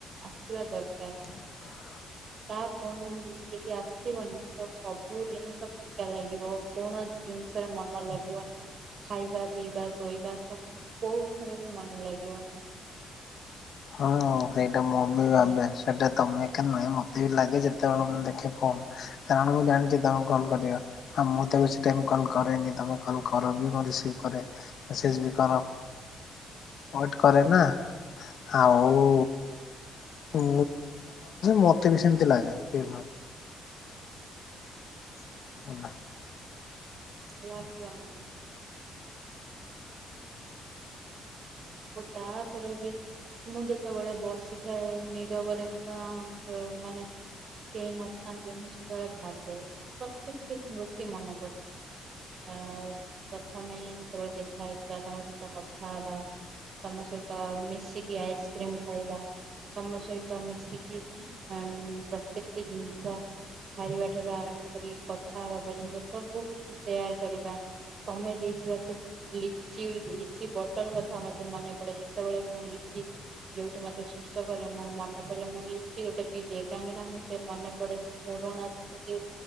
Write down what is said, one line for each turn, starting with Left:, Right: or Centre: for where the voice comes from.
Right: ଆସିବା ଦରକାର।
Left: <unintelligible>
Right: ତା ଫୋନ ଯଦି ଆସିବନି ତ ସବୁ ଜିନିଷ <unintelligible> ଲାଗିବ କୌଣସି ଜିନିଷରେ ମନ ଲାଗିବନି। ଖାଇବା ପିଇବା ଶୋଇବା ସ କୋଉଥରେ ବି ମନ ଲାଗିବନି।
Left: ହଁ। ସେଇଟା ମୁଁ ବି ଭାବେ ସେଇଟା ତମେ ଏକା ନୁହେଁ ମତେ ବି ଲାଗେ ଯେତେବେଳେ ମୁ ଦେଖେ ଫନ୍। କାରଣ ମୁଁ ଜାଣିଛି ତମେକଲ୍ କରିବ ମୁଁ ତ ବେ ସି ଟାଇମ୍ କଲ୍ କରେନି ତୁମେ କଲ୍ କର ବି ମୁଁ ରିସିଭ୍ କରେ। ମେସେଜ ବି କର ୱେଟ କରେ ନା। ଆଉ <unintelligible> ମତେ ବି ସେମିତି ଲାଗେ। <inaudible>
Right: <unintelligible> ଆଉ ତାପରେ ବି ମୁଁ ଯେତେବେଳେ ବସିଥାଏ ନିରବରେ ତ ତ ମାନେ କେଏ ନଥାନ୍ତି ମୁଁ ସେତେବେଳେ ମୁଁ ଭାବେ ପ୍ରତ୍ୟେକଟି ସ୍ମୃତି ମନେ ପଡ଼େ। ଆ ପ୍ରଥମେ ଯେତେବେଳେ ଦେଖା ହେଇଥିଲା ତମର ସହିତ କଥା ହବା। ତମ ସହିତ ମିଶିକି ଆଇସ୍କ୍ରିମ ଖାଇବା। ତମ ସହିତ ମିଶିକି ଉମ୍ -ପ୍ରତ୍ୟେକଟି ଜିନିଷ ଖାଇବା ଠାରୁ ଆରମ୍ଭ କରି କଥା ପର୍ଯ୍ୟନ୍ତ ସବୁ କିଛି ସେୟାର କରିବା ତମେ ଦେଇଥିବା ସେ ଲିଚି ଲିଚି ବଟଲ କଥା ମତେ ମନେ ପଡେ ଯେତେବେଳେ ମୁଁ ଲିଚି ଯୋଉଠି ମତେ ଶୋଷ କରେ ମୋର ମନେ ପଡ଼ିଲେ ମୁଁ ଲିଚି ଗୋଟେ ପିଇ ଦିଏ କାହିଁକି ନା ମୁଁ ସେ ମନେ ପଡେ ପୁରୁଣାସ୍ମୃତି